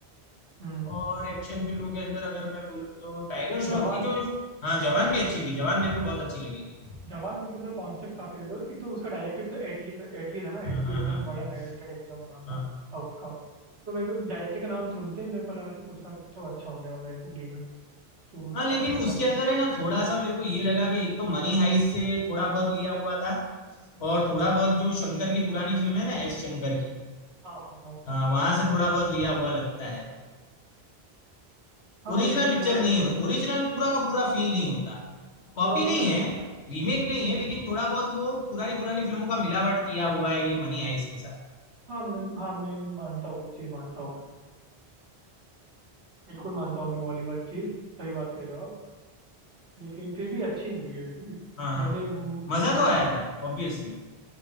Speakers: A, on the right; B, on the left.
A: हम्म
B: और एक्शन फिल्मों के अंदर अगर मैं बोलूँ तो टाइगर श्रॉफ
A: जवान
B: की जो हाँ जवान भी अच्छी थी जवान मेरे को बहुत अच्छी लगी थी
A: जवान मतलब ना कॉन्सेप्ट काफी अच्छा था एक तो उसका डायरेक्टर भी तो एटली का- एटली था ना
B: हाँ
A: एटली
B: हाँ
A: एकदम
B: हाँ
A: बड़ा
B: हाँ
A: डायरेक्टर एकदम वहाँ
B: हाँ
A: का
B: हाँ,
A: साउथ का तो
B: हाँ।
A: मेरे को डायरेक्टर का नाम सुनते ही मेरे को लगा कि कुछ ना कुछ तो अच्छा होने वाला है इस मूवी में तो
B: हाँ,
A: काफी
B: लेकिन
A: अच्छा
B: उसके
A: किया
B: अंदर है ना थोड़ा सा मेरे को ये लगा कि एक तो मनी हाइस्ट से थोड़ा बहुत लिया हुआ था और थोड़ा बहुत जो शंकर की पुरानी फिल्म है ना एस शंकर की
A: हाँ हाँ हाँ
B: हाँ, वहां से थोड़ा बहुत लिया हुआ लगता है वो।
A: हाँ
B: ओरिजिनल
A: मतलब
B: पिक्चर
A: थोड़ा बहुत
B: नहीं हो ओरिजिनल पूरा का पूरा फील नहीं होता कॉपी
A: थोड़ा बहुत
B: नहीं
A: ऐसा
B: है
A: लगता है
B: रीमेक नहीं है लेकिन थोड़ा बहुत वो पुरानी पुरानी फिल्मों का मिलावट किया हुआ है ये मनी आइस के साथ
A: हाँ मैं हाँ मैं मानता हूँ वो चीज़ मानता हूँ मैं बिल्कुल मानता हूँ मैं वो वाली बात चीज़ सही बात कह रहे हो आप लेकिन फिर भी अच्छी मूवी है वैसे
B: हाँ हाँ
A: भले वो
B: मजा
A: कुछ
B: तो
A: भी
B: आया
A: हो
B: था ऑब्वियसली